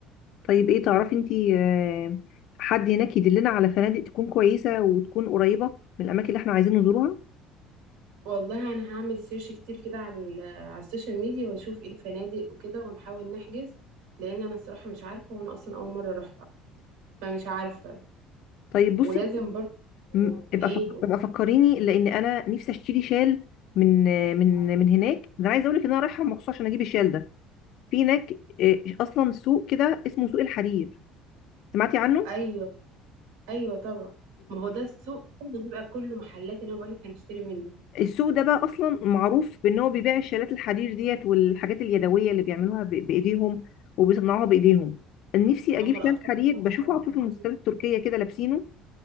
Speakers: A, on the left; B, on the right.
A: طيب ايه تعرفي انتي آه، حد هناك يدلنا على فنادق تكون كويسة وتكون قريبة من الأماكن اللي احنا عايزين نزورها
B: والله انا هعمل سيرش كتير كده على ال- على السوشيال ميديا واشوف ايه الفنادق وكده ونحاول نحجز لان انا الصراحه مش عارفه وانا اصلا اول مره اروحها فمش عارفه
A: طيب
B: ولازم
A: بصي
B: برضه
A: م- ابقى
B: ايه
A: فك- ابقى فكريني لأن أنا نفسي أشتري شال من آه، من من هناك ده أنا عايزة أقولك إن أنا رايحة مخصوص عشان أجيب الشال ده في هناك آه، أصلا سوق كده اسمه سوق الحرير سمعتي عنه؟
B: ايوه ايوه طبعا ما هو ده السوق كله بيبقى كله محلات اللي انا بقول لك هنشتري منه
A: السوق ده بقى اصلا معروف بان هو بيبيع الشالات الحرير ديت والحاجات اليدويه اللي بيعملوها ب- بايديهم وبيصنعوها بايديهم نفسي اجيب
B: اما
A: شال
B: الاطفال
A: حرير
B: بصراحه
A: بشوفه
B: والحاجات-
A: على طول في المسلسلات التركيه كده لابسينه